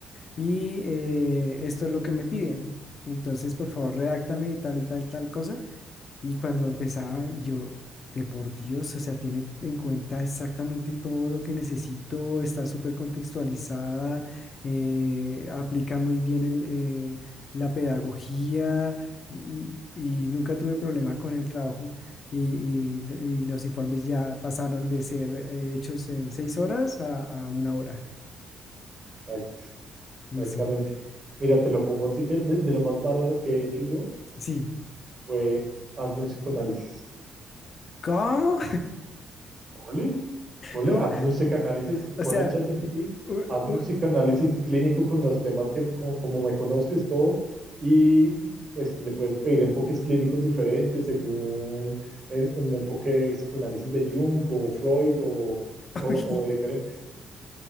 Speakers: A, on the left; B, on the right.
A: Y eh, esto es lo que me piden. Entonces, por favor, redáctame tal y tal, tal cosa. Y cuando empezaba, y yo, de por Dios, o sea, tiene en cuenta exactamente todo lo que necesito, está súper contextualizada, eh, aplica muy bien el, eh, la pedagogía y, y y nunca tuve problema con el trabajo. Y, y- y los informes ya pasaron de ser eh, hechos en seis horas a, a una hora.
B: Está.
A: Eso,
B: Exactamente. Mira, te lo pongo así que de, de lo más bárbaro que he hecho yo
A: sí.
B: fue hazme un psicoanálisis.
A: ¿Cómo?
B: Ponle, ponle,
A: <laughs>
B: hazme
A: ¿Cómo?
B: un psicoanálisis,
A: O
B: ponle
A: sea,
B: a ChatGPT,
A: u-
B: hazme
A: u-
B: un psicoanálisis clínico con los temas que, como, como me conozcas todo, y pues le puedes pedir enfoques clínicos diferentes según eh, un enfoque de psicoanálisis de Jung o Freud o, o,
A: <laughs> uy.
B: o de diferentes.